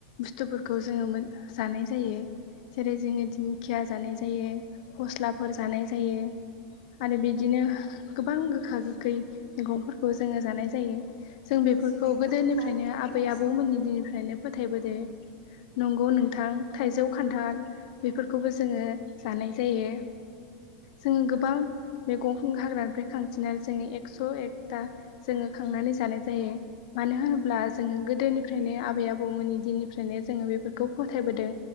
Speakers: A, on the left; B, on the right.
A: बुस्थुफोरखौ जोङो मोन जानाय जायो जेरै जोङो दिंखिया जानाय जायो फस्लाफोर जानाय जायो आरो बिदिनो गोबां गोखा -गोखै मैगंफोरखौ जोङो जानाय जायो जों बेफोरखौ
B: जेरै
A: गोदोनिफ्रायनो
B: खान्थाल
A: आबै
B: थाइजौ
A: -आबौमोननि दिननिफ्रायनो फोथायबो दो नंगौ नोंथां थाइजौ खान्थाल बे बेखौबो जोङो जानाय जायो जोङो गोबां मैगं हाग्रानिफ्राय खांथिनानै जोङो एकस एकथा जोङो खांनानै जानाय जायो मानो होनोब्ला जोङो गोदोनिफ्रायनो आबै -आबौमोननि दिननिफ्रायनो जोङो बेफोरखौ फोथायबोदों